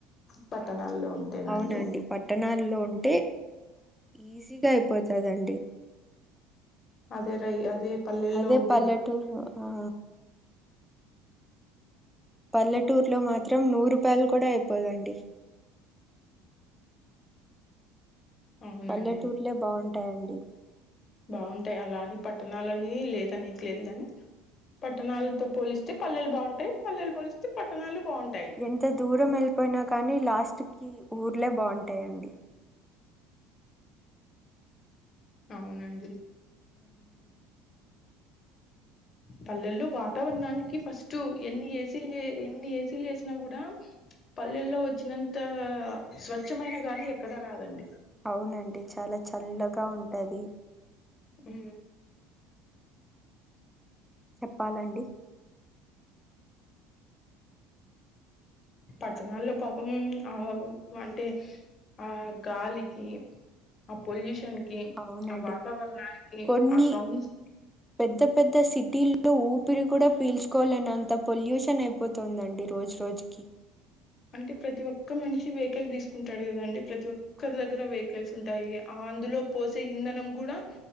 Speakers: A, on the left; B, in the centre.
A: పట్టణాల్లో ఉంటేనండి
B: అవునండి. పట్టణాల్లో ఉంటే ఈజీగా అయిపోతదండి
A: అదే రై అదే పల్లెల్లో
B: అదే
A: ఉంటే
B: పల్లెటూరు
A: గిన-
B: ఆ పల్లెటూరులో మాత్రం నూరు రూపాయలు కూడా అయిపోదండి
A: అవునండి
B: పల్లెటూర్లే బాగుంటాయండి
A: బాగుంటాయి అలా అని పట్టణాలని లేద నీకు లేదు గాని పట్టణాలతో పోలిస్తే పల్లెలు బాగుంటాయి పల్లెలు పోలిస్తే పట్టణాలు బాగుంటాయి
B: ఎంత దూరం వెళ్ళిపోయినా కానీ లాస్ట్ కి ఊర్లే బాగుంటాయండి.
A: అవునండి.
B: అవునండి
A: పల్లెల్లో వాతావరణానికి ఫస్ట్ ఎన్ని ఏసీలు ఎన్ని ఏసీలు వేసినా కూడా. పల్లెల్లో వచ్చినంత స్వచ్ఛమైన గాలి ఎక్కడా రాదండి.
B: అవునండి చాలా చల్లగా ఉంటది.
A: ఉ.
B: చెప్పాలండి.
A: పట్టణల్లో పాపం ఆ అంటే. ఆ గాలికి. ఆ పొల్యూషన్ కి
B: అవునండి
A: ఆ వాతావరణానికి
B: కొన్ని
A: ఆ సౌండ్స్.
B: పెద్ద పెద్ద సిటీల్లో ఊపిరి కూడా పీల్చుకోవాలని అంత పొల్యూషన్ అయిపో. పోతుందండి రోజు రోజుకి.
A: అంటే ప్రతి ఒక్క మనిషి వెహికల్ తీసుకుంటాడు కదండి ప్రతి ఒక్కరి
B: అవునండి
A: దగ్గర వెహికల్స్. ఉంటాయి ఆ అందులో పోసే ఇంధనం కూడా